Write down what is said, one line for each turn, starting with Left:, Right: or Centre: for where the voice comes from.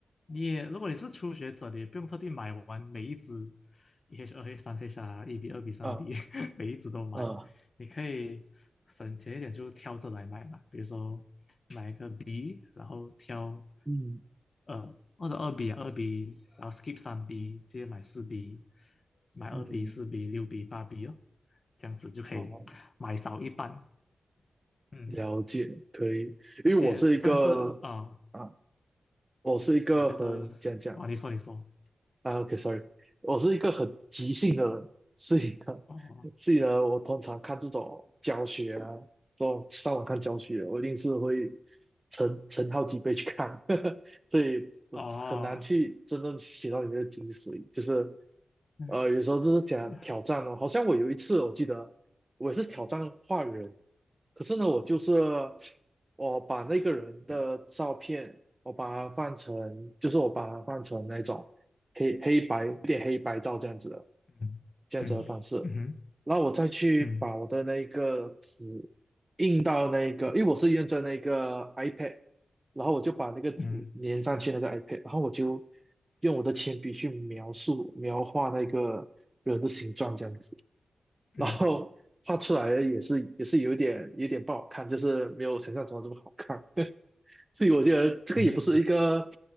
Left: 你也，如果你是初学者，你也不用特地买完每一支一 H、二 H、三 H 啊，一 B、二 B、三
Right: 啊
Left: B，<laughs> 每一支都买。
Right: 啊，
Left: 你可以省钱一点，就挑着来买嘛。比如说买一个 B，然后挑
Right: 嗯
Left: 呃或者二 B 啊二 B，然后 skip 三 B，直接买四 B，买二
Right: 嗯，
Left: B、四 B、六 B、八 B 哦，这样子就可以买少一半。
Right: 好，
Left: 嗯，
Right: 了解，可以，
Left: 而且甚至啊、
Right: 因为我是一个
Left: 呃
Right: 啊，我是一个很讲讲
Left: 我觉得啊，你说你说。
Right: 啊，OK，sorry，我是一个很急性的人，所以呢，
Left: 哦
Right: 所以呢，我通常看这种教学啊，这种上网看教学，我一定是会成成好几倍去看，<laughs> 所以我很难去真正写到里面的精髓，
Left: 哦，
Right: 就是
Left: 嗯
Right: 呃，有时候就是想挑战哦，
Left: 嗯
Right: 好像我有一次我记得我也是挑战画人，可是呢，我就是我把那个人的照片，我把它放成，就是我把它放成那种。黑黑白有点黑白照这样子的
Left: 嗯
Right: 这样子的方式，
Left: 嗯
Right: 然后我再去把我的那个纸印到那个，
Left: 嗯
Right: 因为我是用着那个 iPad，然后我就把那个纸粘上去那个
Left: 嗯
Right: iPad，然后我就用我的铅笔去描述描画那个人的形状这样子，
Left: 嗯
Right: 然后画出来的也是也是有点有点不好看，就是没有想象中的这么好看。<laughs> 所以我觉得这个也不是一个
Left: 嗯